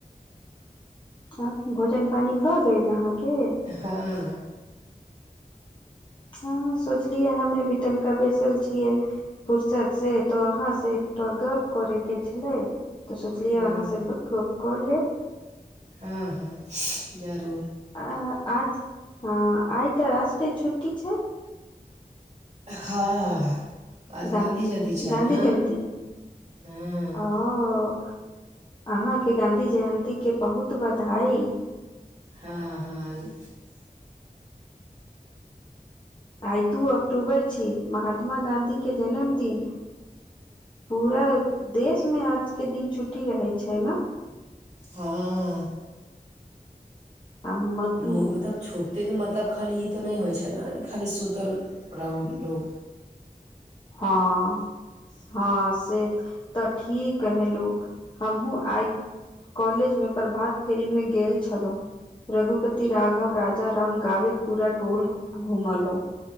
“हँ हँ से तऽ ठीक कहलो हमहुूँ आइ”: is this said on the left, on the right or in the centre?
Left